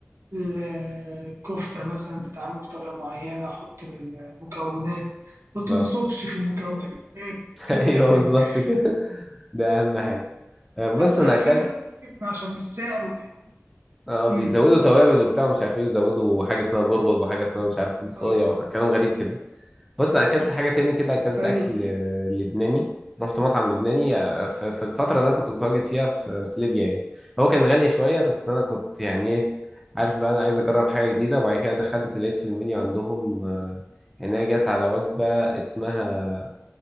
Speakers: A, on the right (about 80°); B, in the centre.
A: الكفتة مثلا تتعمل بطريقة معينة أحط المكونات ما تنصبش
B: اه
A: في المكونات
B: <laughs>
A: كده
B: ايوه
A: <laughs>
B: بالظبط كده <laughs> ده اهم حاجه آه، بص
A: لا ساعات
B: انا اكلت
A: في ناس ممكن عشان السعر وكده
B: اه بيزودوا
A: أمم،
B: توابل وبتاع مش عارف ايه وزودوا حاجه اسمها برغل وحاجه اسمها مش عارف فول صويا
A: اه
B: وكلام غريب كده بص اكلت حاجه تاني كده اكلت
A: ايوه
B: اكل آه، لبناني رحت مطعم لبناني آه، ف- في الفتره اللي انا كنت متواجد فيها في في ليبيا يعني هو كان غالي شويه بس انا كنت يعني ايه عارف بقى انا عايز اجرب حاجه جديده وبعد كده دخلت لقيت في المنيو عندهم آه، هنا جت على وجبه اسمها